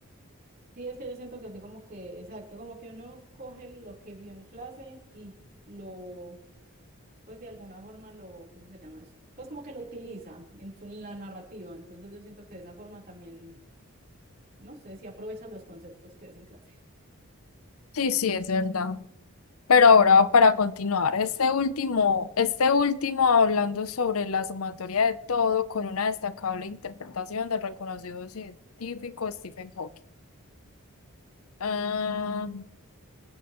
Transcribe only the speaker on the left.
Sí, sí, es verdad. Pero ahora para continuar, este último, este último hablando sobre la sumatoria de todo con una destacable interpretación del reconocido científico Stephen Hawking. Ah,